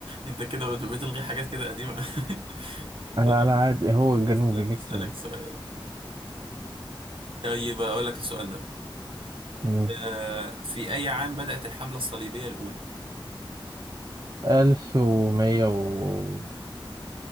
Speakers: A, on the right; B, on the right.
A: انت كده بت- بتلغي حاجات كده قديمه <laughs>
B: على
A: طيب
B: على عادي هو الجنوبي
A: استنى
B: ميك
A: اسالك
B: سنس
A: سؤال طيب اقول لك السؤال ده
B: مم.
A: آه، في اي عام بدات الحمله الصليبيه الاولى
B: ألف ومية و